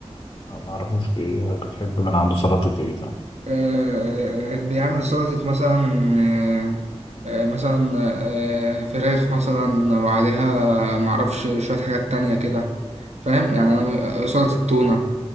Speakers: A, on the left; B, on the right.
A: آه، ما اعرفوش ايه بتحب من عنده سلطة ايه ده
B: آه، آه، بيعمل سلطة مثلا آه، آه، مثلا آه، فراخ مثلا وعليها معرفش شوية حاجات تانية كده فاهم يعني أنا سلطة تونة